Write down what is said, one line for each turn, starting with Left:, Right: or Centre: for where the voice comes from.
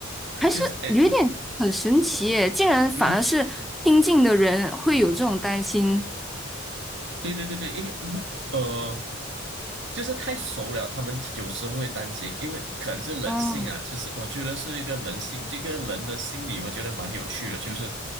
Centre: 还是有一点很神奇耶，
Right: 就是诶，
Centre: 竟然反而是亲近的人会有这种担心。
Right: 嗯，对对对对，因为不呃。就是太熟了，他们有时候会担心，因为可能是人性啊，
Centre: 哦，
Right: 就是我觉得是一个人性，这个人的心理，我觉得蛮有趣的，就是